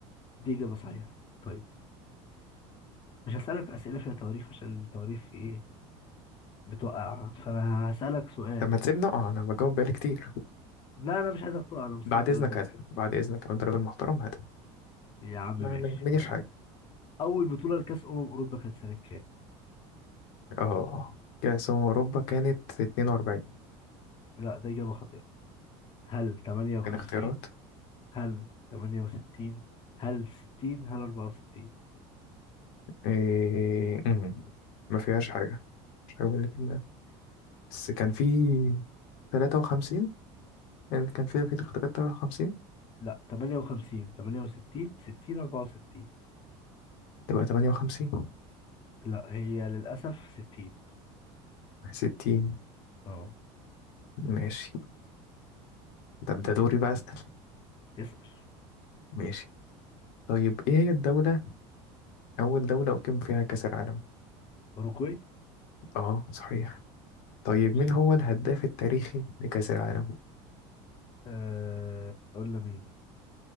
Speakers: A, on the left (about 35°); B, on the left (about 75°).
A: دي إجابة صحيحة طيب مش هسألك أسئلة فيها تواريخ عشان التواريخ إيه بتوقع فأنا هسألك سؤال
B: طب ما تسيبنا اه انا بجاوب بقالي كتير
A: لا أنا مش عايزك تقع أنا مستمتع
B: بعد اذنك
A: وأنت بتجاوب
B: هات
A: في
B: بعد
A: السؤال.
B: اذنك لو انت راجل محترم هات
A: يا عم ماشي
B: انا ما يهمنيش
A: طيب
B: حاجه
A: أول بطولة لكأس أمم أوروبا كانت سنة كام؟
B: اه كاس أمم اوروبا كانت 42
A: لا ده إجابة خاطئة هل 58
B: كان اختيارات
A: هل 68 هل 60 هل 64
B: إيه... مم. ما فيهاش حاجه مش حاجه من اللي في دماغي بس كان في 53 اللي كان فيها في اختيارات 53
A: لا 58 68 60 64
B: تبقى 58
A: لا هي للأسف 60
B: 60
A: اه
B: ماشي طب ده دوري بقى أسأل
A: اسأل
B: ماشي طيب إيه هي الدولة أول دولة أقيم فيها كأس العالم؟
A: أوروجواي
B: آه صحيح طيب
A: ماشي
B: مين هو الهداف التاريخي لكأس العالم؟
A: أه... قلنا مين